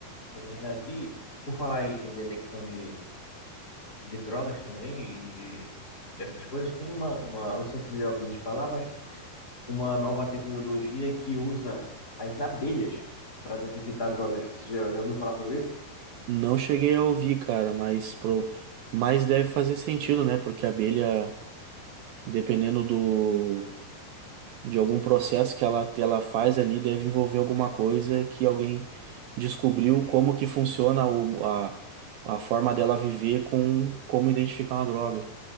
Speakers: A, on the left (about 25°); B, on the right (about 75°).
A: é verdade. E por falar em em detecção de, de drogas também e de, dessas coisas, tem uma, uma, não sei se você já ouviu falar, mas uma nova tecnologia que usa as abelhas para detectar drogas. Você já, já ouviu falar sobre isso?
B: Não cheguei a ouvir, cara, mas pro, mas deve fazer sentido, né? Porque a abelha, dependendo do de algum processo que ela, ela faz ali deve envolver alguma coisa que alguém descobriu
A: Sim,
B: como que funciona o, a, a forma dela viver com como identificar uma droga.